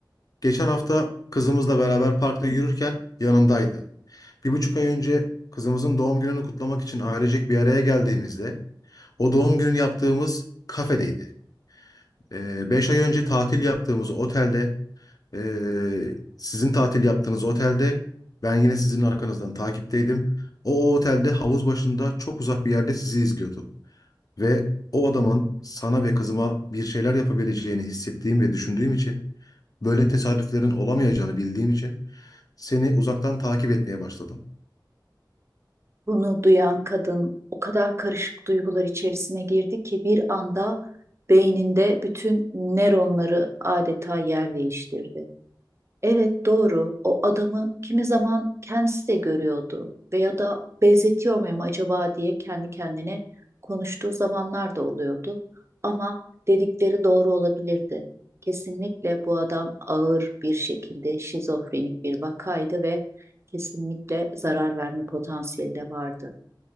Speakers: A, on the left; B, on the right.
A: Geçen hafta kızımızla beraber parkta yürürken yanındaydı. Bir buçuk ay önce kızımızın doğum gününü kutlamak için ailecek bir araya geldiğimizde o doğum günü yaptığımız kafedeydi. Ee, beş ay önce tatil yaptığımız otelde, ee, sizin tatil yaptığınız otelde ben yine sizin arkanızdan takipteydim. O, o otelde havuz başında çok uzak bir yerde sizi izliyordu. Ve o adamın sana ve kızıma bir şeyler yapabileceğini hissettiğim ve düşündüğüm için, böyle tesadüflerin olamayacağını bildiğim için seni uzaktan takip etmeye başladım.
B: Bunu duyan kadın o kadar karışık duygular içerisine girdi ki bir anda beyninde bütün nöronları adeta yer değiştirdi. Evet doğru. O adamı kimi zaman kendisi de görüyordu veya da benzetiyor muyum acaba diye kendi kendine konuştuğu zamanlar da oluyordu. Ama dedikleri doğru olabilirdi. Kesinlikle bu adam ağır bir şekilde şizofrenik bir vakaydı ve kesinlikle zarar verme potansiyeli de vardı.